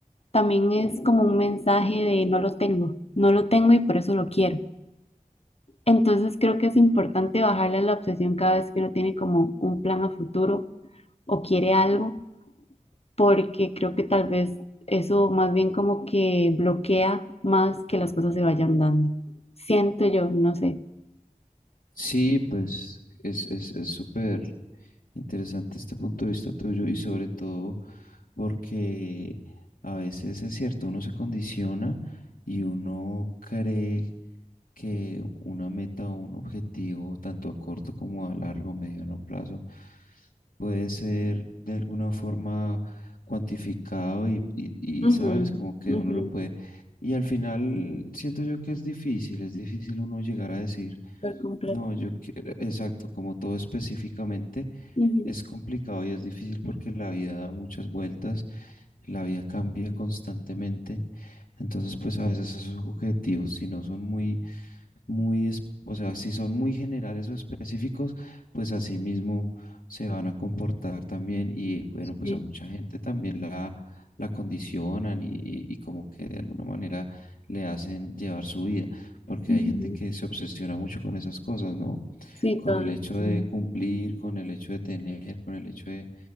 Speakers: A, on the left; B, on the left.
A: también es como un mensaje de no lo tengo, no lo tengo y por eso lo quiero. Entonces creo que es importante bajarle a la obsesión cada vez que uno tiene como un plan a futuro o quiere algo, porque creo que tal vez eso más bien como que bloquea más que las cosas se vayan dando. Siento yo, no sé.
B: Sí, pues es, es, es súper interesante este punto de vista tuyo y sobre todo porque a veces es cierto, uno se condiciona y uno cree que una meta o un objetivo, tanto a corto como a largo, mediano plazo, puede ser de alguna forma cuantificado y, y,
A: Ujú,
B: y, sabes, como que
A: ujú.
B: uno lo puede. Y al final siento yo que es difícil, es difícil uno llegar a decir,
A: Súper completo.
B: no, yo quiero, exacto, como todo específicamente
A: Ujú.
B: es complicado y es difícil porque la vida da muchas vueltas, la vida cambia constantemente, entonces pues a veces esos objetivos, si no son muy muy, es- o sea, si son muy generales o específicos, pues así mismo se van a comportar también y bueno,
A: Sí,
B: pues a mucha gente también la, la condicionan y, y- y como que de alguna manera le hacen llevar su vida, porque
A: Ujú.
B: hay gente que se obsesiona mucho con esas cosas, ¿no?
A: sí,
B: Con
A: todo
B: el
A: lo
B: hecho
A: que sí.
B: de cumplir, con el hecho de tener, con el hecho de,